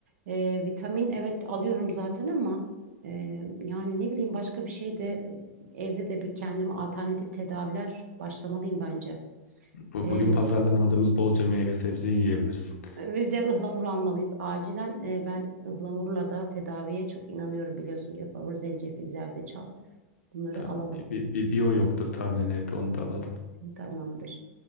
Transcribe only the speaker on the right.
Ee, vitamin evet alıyorum zaten ama e, yani ne bileyim başka bir şey de evde de bir kendime alternatif tedaviler başlamalıyım bence.
Ee,
bir de ıhlamur almalıyız acilen. Ee, ben ıhlamurla da tedaviye çok inanıyorum biliyorsun ki ıhlamur, zencefil, zerdeçal bunları
alalım.
Tamamdır.